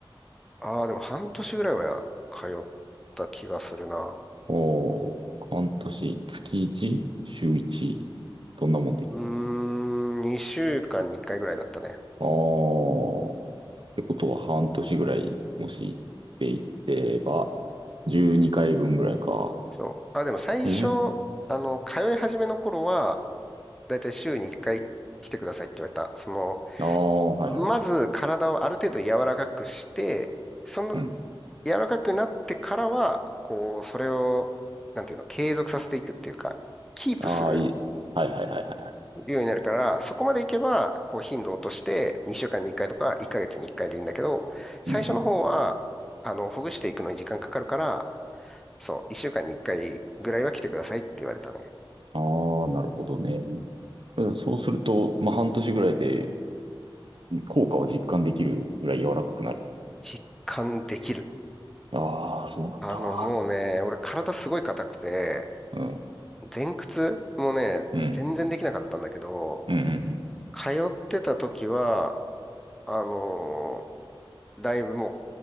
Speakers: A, in the centre; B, on the right.
A: ああ、でも半年ぐらいは通った気がするな。
B: おー、半年、月 1? 週 1? どんなもんで
A: うーん、2週間に1回ぐらいだったね。
B: ああ、ってことは半年ぐらい、もし行っていってば、12回分ぐらいか。
A: そう。あ、でも最初、
B: え、
A: あの、通い始めの頃は、だいたい週に1回来てくださいって言われた。その、
B: ああ、はいはい。
A: まず体をある程度柔らかくして、その、
B: うん。
A: 柔らかくなってからは、こう、それを、なんていうの、継続させていくっていうか、キープする
B: ああ、いい。はいはいはいはいはい。
A: ようになるから、そこまでいけば、こう、頻度を落として、2週間に1回とか、1ヶ月に1回でいいんだけど、最初の方は、
B: うんうん。
A: あの、ほぐしていくのに時間かかるから、そう、1週間に1回ぐらいは来てくださいって言われたね。
B: ああ、なるほどね。そうすると、まあ、半年ぐらいで効果を実感できるぐらい柔らかくなる。
A: 実感できる。
B: ああ、そうなんだわ。
A: あの、もうね、俺体すごい硬くて、
B: うん。
A: 前屈もね、
B: うん。
A: 全然できなかったんだけど、
B: うんうんうん。
A: 通ってた時は、あのーだいぶも